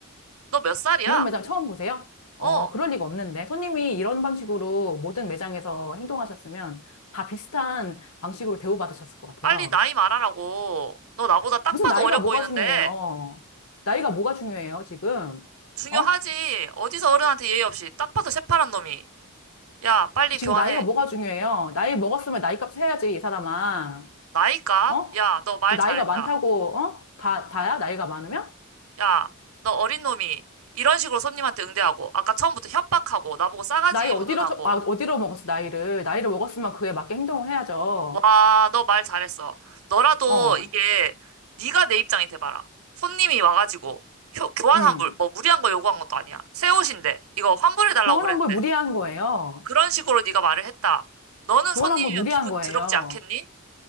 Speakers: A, on the right; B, on the left.
A: 너 몇 살이야?
B: 이런 매장 처음 보세요? 어,
A: 어.
B: 그럴 리가 없는데. 손님이 이런 방식으로 모든 매장에서 행동하셨으면 다 비슷한 방식으로 대우받으셨을 것 같아요.
A: 빨리 나이 말하라고. 너 나보다 딱
B: 무슨
A: 봐도
B: 나이가
A: 어려
B: 뭐가
A: 보이는데.
B: 중요해요? 나이가 뭐가 중요해요, 지금?
A: 중요하지.
B: 어?
A: 어디서 어른한테 예의 없이. 딱 봐도 새파란 놈이. 야, 빨리
B: 지금
A: 교환해.
B: 나이가 뭐가 중요해요? 나이 먹었으면 나이값 해야지, 이 사람아.
A: 나이 값?
B: 어?
A: 야, 너 말
B: 지금
A: 잘했다.
B: 나이가 많다고, 어? 다, 다야? 나이가 많으면?
A: 야, 너 어린 놈이. 이런 식으로 손님한테 응대하고. 아까 처음부터 협박하고. 나보고 싸가지
B: 나이 어디로,
A: 운운하고.
B: 저- 아, 어디로 먹었어, 나이를. 나이를 먹었으면 그에 맞게 행동을 해야죠.
A: 와, 너 말 잘했어. 너라도
B: 어,
A: 이게 네가 내 입장이 돼봐라. 손님이 와가지고. 효- 교환
B: 음.
A: 환불. 뭐 무리한 거 요구한 것도 아니야. 새 옷인데. 이거 환불해달라고
B: 교환
A: 그랬는데.
B: 환불 무리한 거예요.
A: 그런 식으로 네가 말을 했다. 너는
B: 교환
A: 손님이면
B: 환불 무리한
A: 기분
B: 거예요.
A: 더럽지 않겠니?